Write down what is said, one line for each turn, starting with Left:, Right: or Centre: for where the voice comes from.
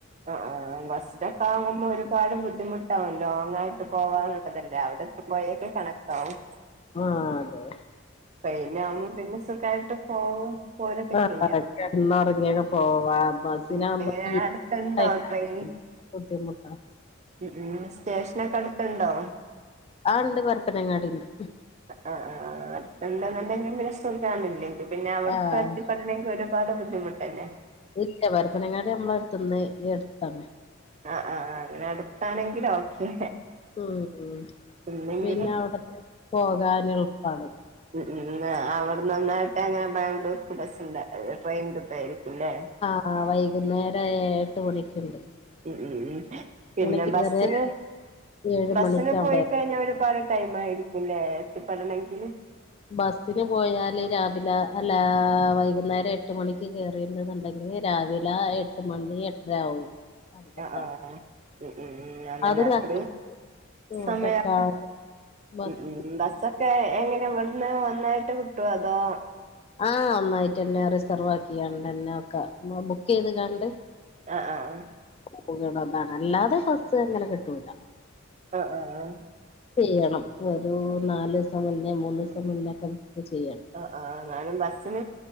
Right: ആഹ് ആഹ് ബസിലൊക്കെ ആകുമ്പോ ഒരുപാട് ബുദ്ധിമുട്ട് ട്ടാവും ലോങ് ആയിട്ട് പോവാനുള്ളതല്ലേ അവിടെ എത്തുമ്പോഴേക്കും കണക്കാവും
Left: ആഹ് അതെ
Right: ട്രെയിനാകുമ്പോൾ പിന്നെ സുഖമായിട്ട് പോവും പോരൊക്കെ
Left: ആഹ്
Right: ചെയ്യാം
Left: കിടന്ന് ഉറങ്ങിയൊക്കെ പോവാ ബസിനാവുമ്പോൾ
Right: ഉം എങ്ങനെ
Left: <inaudible>
Right: അടുത്തുണ്ടോ ട്രെയിൻ
Left: ബുദ്ധിമുട്ടാ
Right: ഉം ഉം സ്റ്റേഷനൊക്കെ അടുത്തുണ്ടോ
Left: ആഹ് ഉണ്ട് പരപ്പനങ്ങാടി ഉണ്ട്
Right: ആഹ് ആഹ് ആഹ് അടുത്തുണ്ടെങ്കിൽ സുഖാണ് അല്ലങ്കിൽ പിന്നെ അവിടു
Left: ആഹ്
Right: അല്ലെങ്കിൽ ഒരുപാട് ബുദ്ധിമുട്ടല്ലേ
Left: ഇല്ല പരപ്പനങ്ങാടി നമ്മള അടുത്ത്ന്ന് അടുത്താണ്
Right: ആഹ് ആഹ് അങ്ങനെ അടുത്താണെങ്കില് ഓക്കെ
Left: ഉം
Right: ഇല്ലെങ്കിലും
Left: ആഹ് പിന്നെ അവിടുന്ന് പോകാനും എളുപ്പമാണ്
Right: ഉം ഉം അവിടുന്ന് തന്നെയായിട്ട് അങ്ങനെ ബാംഗ്ലൂർക്ക് ബസ്സണ്ട ട്രെയിൻ കിട്ടുമായിരിക്കുംല്ലേ
Left: ആഹ് വൈകുന്നേരം ഒരു എഴ് എട്ട് മണിക്കുണ്ട്
Right: ഉം ഉം ഉം പിന്നെ
Left: മണിക്ക്
Right: ബസ്സിന്
Left: കേറിയ ഏഴ്
Right: ബസിന്
Left: മണിക്ക്
Right: പോയി
Left: അവിടെ
Right: കഴിഞ്ഞ ഒരുപാട് ടൈം ആയിരിക്കുംല്ലേ എത്തിപ്പെടണമെങ്കിൽ
Left: ബസിന് പോയാല് രാവിലെ അല്ല വൈകുന്നേരം എട്ട് മണിക്ക് കേറിണ്ട് എന്നുണ്ടെങ്കിൽ രാവിലെ എട്ട് മണി എട്ടര ആവും അവിടെത്താൻ
Right: ആഹ് ആഹ് ഉം ഉം അതന്നെ
Left: അതും
Right: അത്രയും
Left: കക്കാട ഉം
Right: സമയമാ
Left: കക്കാട് ബസ്
Right: ഉം ഉം ബസ്സൊക്കെ എങ്ങനെ ഇവിടുന്ന് ഒന്നായിട്ട് കിട്ടുവോ അതോ
Left: ആഹ് ഒന്നായിട്ട് തന്നെ റിസർവ് ആക്കി കാണ്ട് തന്നെ ഒക്കെ ബുക്ക് ചെയ്ത് കാണ്ട്
Right: ആഹ് ആഹ് ആഹ്
Left: പോകണതാണ് അല്ലാതെ ബസ് അങ്ങനെ കിട്ടൂല
Right: ആഹ് ആഹ് ആഹ്
Left: ചെയ്യണം ഒരു നാല് ഇപ്പോ മുന്നെ മൂന്ന് ദിവസം
Right: ഉം
Left: മുന്നേക്കെ നമുക്ക് ചെയ്യാം
Right: ആ ആ ഞാനും ബസ്സിന്